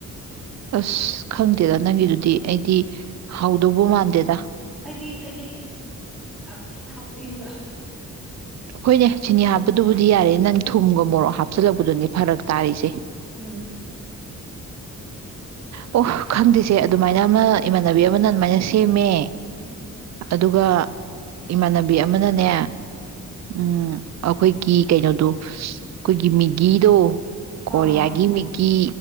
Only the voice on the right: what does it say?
ꯑꯁ ꯈꯪꯗꯦꯗ ꯅꯪꯒꯤꯗꯨꯗꯤ ꯑꯩꯗꯤ ꯍꯥꯎꯗꯧꯕ ꯃꯥꯟꯗꯦꯗ
ꯑꯩꯈꯣꯏꯅꯦ ꯆꯤꯅꯤ ꯍꯥꯞꯄꯗꯨꯕꯨꯗꯤ ꯌꯥꯔꯦ ꯅꯪ ꯊꯨꯝꯒ ꯃꯣꯔꯣꯛ ꯍꯥꯞꯆꯤꯜꯂꯛꯄꯗꯨꯅꯦ ꯐꯔꯛ ꯇꯥꯔꯤꯁꯦ
ꯑꯣ ꯈꯪꯗ‌ꯦꯁꯦ ꯑꯗꯨꯃꯥꯏꯅ ꯑꯃ ꯏꯃꯥꯟꯅꯕꯤ ꯑꯃꯅ ꯑꯗꯨꯃꯥꯏꯅ ꯁꯦꯝꯃꯦ
ꯑꯗꯨꯒ ꯏꯃꯥꯟꯅꯕꯤ ꯑꯃꯅꯅꯦ ꯎꯝ ꯑꯩꯈꯣꯏꯒꯤ ꯀꯩꯅꯣꯗꯣ ꯑꯩꯈꯣꯏꯒꯤ ꯃ‌ꯦꯒꯤꯗꯣ ꯀꯣꯔꯤꯌꯥꯒꯤ
ꯃ‌ꯦꯒꯤ